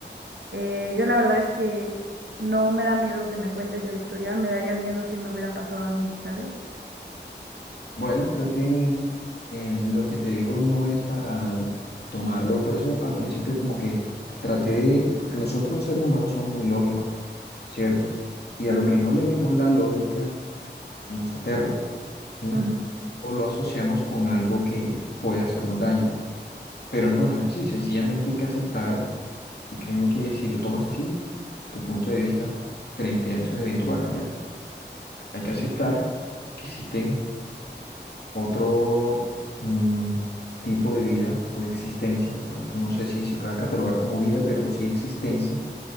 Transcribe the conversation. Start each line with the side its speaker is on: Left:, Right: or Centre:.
Right: Eh, yo la verdad es que no me da miedo que me cuentes la historia, me daría miedo si me hubiera pasado a mí, ¿sabes?
Left: Bueno, creo que eh, lo que te digo no es para tomarlo, por eso al principio como que traté de, porque nosotros los seres humanos somos muy lógicos, ¿cierto? Y a
Right: Ujú,
Left: lo que no le vemos la lógica nos aterra, ¿sí?
Right: ujú.
Left: O lo asociamos con algo que puede hacernos daño, pero no, no es así, sencillamente hay que aceptar y créeme que si lo tomas así, tu punto de vista frente a esos eventos va a cambiar. Hay que aceptar que existen otro mm, tipo de vida o de existencia, de pronto no sé si se pueda catalogar como vida, pero sí existencia,